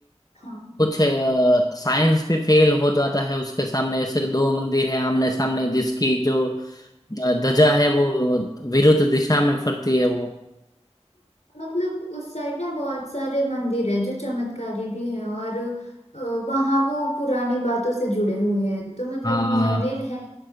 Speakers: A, on the left (about 75°); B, on the left (about 30°).
A: हाँ
B: कुछ साइंस भी फेल हो जाता है उसके सामने ऐसे दो मंदिर है आमने सामने जिसकी जो अ, ध्वजा है वो विरुद्ध दिशा में फरती है वो
A: मतलब उस साइड ना बहुत सारे मंदिर है जो चमत्कारी भी है और अ, वहाँ वो पुरानी बातों से जुड़े हुए हैं तो मतलब
B: हाँ
A: मंदिर है